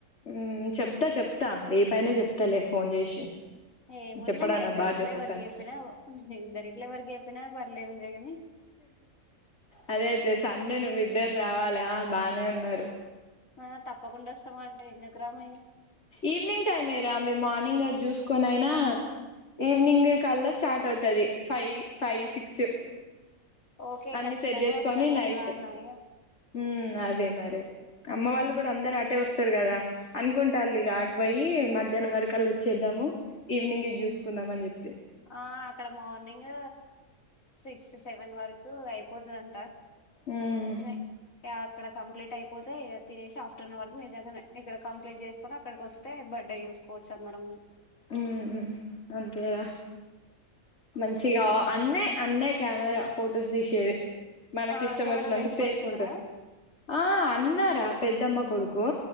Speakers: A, on the left (about 50°); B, on the left (about 65°).
A: ఉమ్ చెప్తా చెప్తా రేపైనా చెప్తలే ఫోన్ చేసి.
B: ఏముందిలే
A: చెప్పడం
B: మా ఇద్దరిట్ల
A: నా బాధ్యత
B: ఎవరికి
A: సన్కి
B: చెప్పిన ఇద్దరిట్ల ఎవరికి చెప్పిన పర్లేదు లేగని.
A: అదే అయితే సన్ను నువ్వు ఇద్దరు రావాలి బానే ఉన్నారు.
B: ఆహ్ తప్పకుండా వస్తాము అంటే ఎందుకు రాము ఇగ.
A: ఈవినింగ్ టైమేరా మీరు మార్నింగ్ గది చూసుకోనైనా. ఈవినింగ్ కల్లా స్టార్ట్ అవుతది ఫైవ్ ఫైవ్ సిక్స్.
B: ఓకే
A: అన్ని
B: ఖచ్చితంగా
A: సెట్ చేసుకొని
B: వస్తా నేను
A: నైట్
B: రానా ఇగ
A: ఉమ్ అదే మరి. అమ్మ వాళ్ళు కూడా అందరు ఆటే వస్తారు కదా అనుకుంటారులే ఇగ. పోయి మధ్యాహ్నం వరకల్లా వచ్చేద్దాము ఈవినింగ్ ఇది చూసుకుందాం అని చెప్పి.
B: ఆహ్ అక్కడ మార్నింగ్ సిక్స్ సెవెన్ వరకు అయిపోతదంట.
A: ఉమ్
B: నే అక్కడ కంప్లీట్ అయిపోతే ఇగ తినేసి ఆఫ్టర్నూన్ వరకు నిజంగానే. ఇక్కడ కంప్లీట్ చేసుకొని అక్కడికొస్తే బడ్డే చూసుకోవచ్చు అందరం.
A: ఉమ్ అంతే గా. మంచిగా అన్నే అన్నే కెమెరా ఫొటోస్ తీసేది. మనకి
B: ఆ
A: ఇష్టం
B: కెమెరా
A: వచ్చినంత
B: రెంట్
A: సేపు
B: కి వస్తున్నారా
A: ఉంటాడు ఆహ్ అన్నరా పెద్దమ్మ కొడుకు.